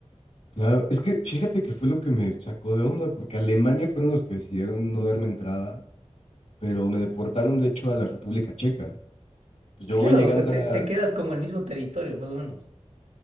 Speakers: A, on the left; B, on the right.
A: Claro, es que fíjate que fue lo que me sacó de onda, porque Alemania fueron los que decidieron no darme entrada, pero me deportaron de hecho a la República Checa. Pues yo
B: Claro,
A: voy llegando
B: o sea, te,
A: a,
B: te quedas como en el mismo territorio, más o menos.